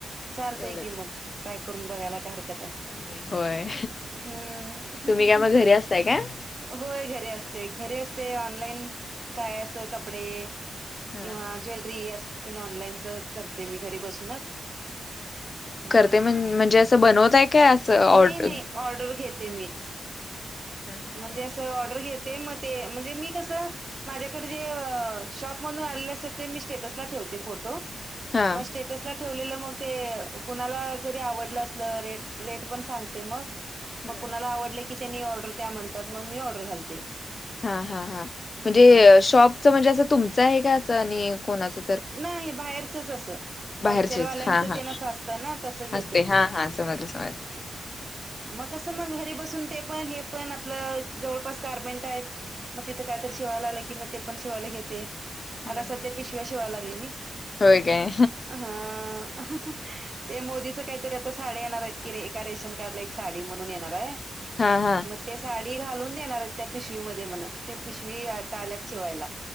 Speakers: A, on the right; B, on the left.
A: चालतंय
B: तेवढंच
A: की मग ट्राय करून बघायला काय हरकत आहे.
B: नाही होय
A: हम्म असं.
B: तुम्ही <unintelligible> काय.
A: होय घरी असते, घरी असते ऑनलाईन काय असं कपडे
B: हा
A: किंवा ज्वेलरी असं तेन ऑनलाईनच करते मी घरी बसूनच. हम्म
B: करते म्हण, म्हणजे असं बनवताय काय असं ऑड
A: नाही नाही
B: हम्म
A: ऑर्डर घेते मी
B: हम्म.
A: म्हणजे
B: हम्म
A: असं ऑर्डर घेते, मग ते म्हणजे मी कसं माझ्याकडे जे अं शॉपमधून आलेले असतात, ते मी स्टेटसला ठेवते फोटो.
B: हा
A: मग स टसला ठेवलेलं, मग ते कुणाला जरी आवडलं असल? रेट रेट पण सांगते मग
B: हम्म
A: मग कुणाला आवडलं की, त्यांनी ऑर्डर द्या म्हणतात. मग मी ऑर्डर घालते.
B: हा हा हा, म्हणजे
A: ह
B: शॉपच म्हणजे असं तुमचं आहे का? असं आणि कोणाच
A: नाही, बाहेरचच असं. होलसेलवाल्यांचं
B: बाहेरचेच हा हा
A: ते न असं असतय ना, तसं घेते
B: असते
A: मी.
B: हा हा समजलं समजलं
A: मग कसं मग घरी बसून ते पण, हे पण, आपलं जवळपास गारमेंट आहेत. मग तिथं काय तरी शिवायला आलं कि, मग ते पण शिवायला घेते. आता
B: हम्म हम्म
A: सध्या पिशव्या शिवाय लागले मी.
B: होय काय
A: हा. ते मोदीच काहीतरी आता साड्या येणार आहेत की, रे एका रेशन कार्ड ला एक साडी म्हणून येणार आहे.
B: हा हा.
A: मग ते साडी घालून देणार आहेत, त्या पिशवीमध्ये म्हण. ते पिशवी आता आल्यात शिवायला.